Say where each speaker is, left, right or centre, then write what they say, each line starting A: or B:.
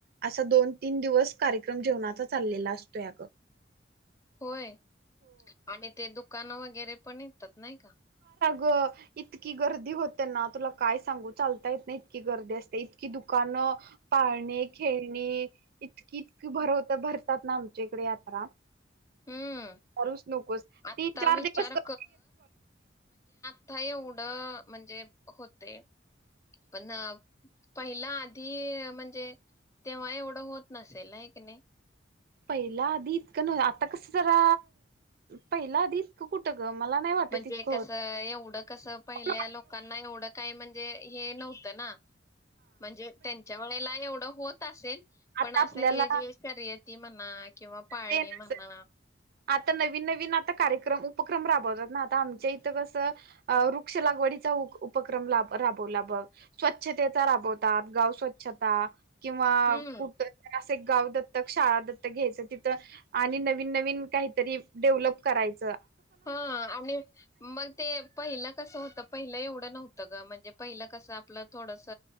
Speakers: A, on the right; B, on the left.
A: असा दोन तीन दिवस कार्यक्रम जेवणाचा चाललेला असतोय अग.
B: होय आणि ते दु दुकानं वगैरे पण येतात. नाही का?
A: ग इतकी गर्दी होते ना तुला काय सांगू चालता येत ना इतकी गर्दी असते इतकी दुकानं, पाळणे, खेळणे इतकी इतकी भरवता भरतात ना आमच्या इकडे यात्रा.
B: हम्म
A: करूच नकोस तीन
B: आत्ता
A: चार
B: विचार
A: दिवस क
B: आ एवढं म्हणजे होतेय पण पहिला आधी म्हणजे तेव्हा एवढं होत नसेल नाही की नाही.
A: पहिलं आधी इतकं न आता कसं जरा पहिलं आधी इतकं कुठं ग मला नाही वाटत
B: म्हणजे
A: इतकं
B: कस
A: होत
B: एवढं कस पहिल्या
A: पण
B: लोकांना एवढं काय म्हणजे हे नव्हतं ना. म्हणजे त्यांच्या वेळेला एवढं होत असेल
A: आता
B: पण
A: आपल्याला
B: असं हे जे शर्यती म्हणा किंवा पाळणे
A: ते नस
B: म्हणा
A: आता नवीन नवीन आता कार्यक्रम उपक्रम राबवतात ना आता आमच्या इथं कसं वृक्ष लागवडीचा उप उपक्रम राबवला बघ स्वच्छतेचा राबवतात गाव स्वच्छता किंवा
B: हम्म
A: कुठतरी एक गाव दतक शाळा दत्तक घ्यायचं तिथं आणि नवीन नवीन काहीतरी डेव्हलप करायच
B: हा आणि मग ते पहिलं कसं होतं पहिलं एवढं नव्हतं ग म्हणजे पहिलं कसं आपलं थोडस